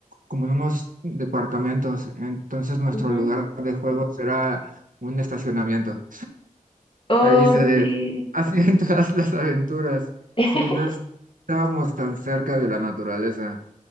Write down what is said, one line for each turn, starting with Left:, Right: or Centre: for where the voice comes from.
Right: como en unos departamentos, entonces nuestro
Left: ujú.
Right: lugar de juego será un estacionamiento.
Left: Oh,
Right: Ahí se
Left: sí.
Right: hacían <laughs> todas las aventuras.
Left: <laughs>
Right: Sí, no estábamos tan cerca de la naturaleza,